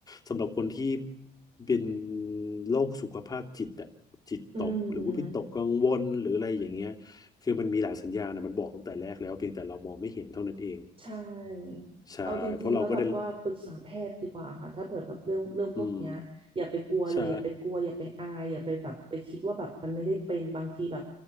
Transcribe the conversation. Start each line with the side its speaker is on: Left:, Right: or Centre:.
Left: สำหรับคนที่เป็นโรคสุขภาพจิตอะจิตตกหรือว่าวิตกกังวลหรืออะไรอย่างเงี้ย
Right: <laughs> อืม
Left: คือมันมีหลายสัญญาณนะมันบอกตั้งแต่แรกแล้วเพียงแต่เรามองไม่เห็นเท่านั้นเอง
Right: ใช่เอาจริงๆแล้วแบบว่าปรึกษาแพทย์ดีกว่าค่ะถ้าเปิดแบบเรื่องเรื่องพวกเนี้ยอย่าไปกลัวเลยอย่าไปกลัวอย่าไปอายอย่าไปแบบไปคิดว่าแบบมันไม่ได้เป็นบางทีแบบ
Left: ใช่เพราะเราก็ได้อืมใช่